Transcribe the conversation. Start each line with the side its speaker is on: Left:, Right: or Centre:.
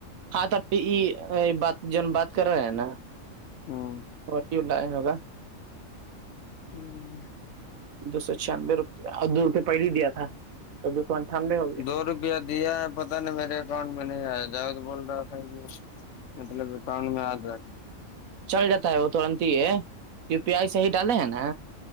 Right: ہاں تو اب بات جو بات کر رہے ہیں نا
Left: ہاں
Right: فٹیلہ ہوگا
Left: ہوں
Right: دو سو چھیانوے روپیہ اور دو روپے پہلے ہی دیا تھا تو دو سو اٹھانوے ہو گیا
Left: دو روپیہ دیا ہے پتا ن میرے اکاؤنٹ میں نہیں آیا جا تو بول رہا تھا مطلب اکاؤڈ میں آ جائے
Right: چل جاتا ہے وہ ترنت ہی ہے یو پی آئی صحی ڈالے ہیں نا